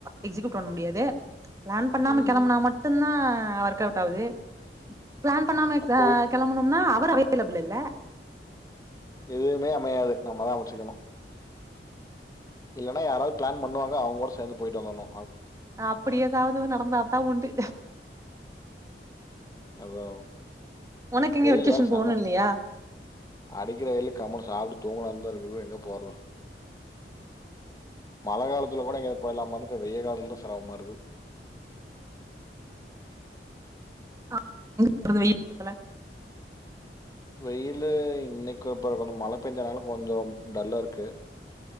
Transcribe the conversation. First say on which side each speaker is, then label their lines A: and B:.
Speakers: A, on the right (about 20°); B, on the left (about 20°).
A: எக்ஸிகியூட் பண்ண முடியாதே ப்ளான் பண்ணாம
B: ம்
A: கெளம்புனா
B: ம்
A: மட்டு தா ஒர்க் அவுட் ஆவுது பிளான் பண்ணாம
B: அப்போ
A: ஆ கெளம்பனும்னா அவர் அவைலபிள் இல்ல
B: எதுவுமே அமையாது நம்மதா அமச்சுக்கணு இல்லன்னா யாராவது பிளான் பண்ணுவாங்க அவங்க கூட சேந்து போயிட்டு வந்தணு
A: அப்படி ஏதாவது நடந்தாதா உண்டு
B: அவாவ்
A: உனக்கு எங்க
B: வெயில்
A: வெக்கேஷன்
B: வேற செம்ம
A: போணு
B: வெயிலு
A: இல்லையா
B: அடிக்கிற வெயிலுக் கம்முனு சாப்ட்டு தூங்கணா தா இருக்கு எங்க போறது மழ காலத்துல கூட எங்கயா போயலாமந் வெய காலத் தா செரமமாறுக்கு
A: ஆ எங்க போறது வெய ல
B: வெயிலு இன்னைக்கு <unintelligible> கொஞ்ச மழ பெஞ்சனாலு கொஞ்ச டல்லா இருக்கு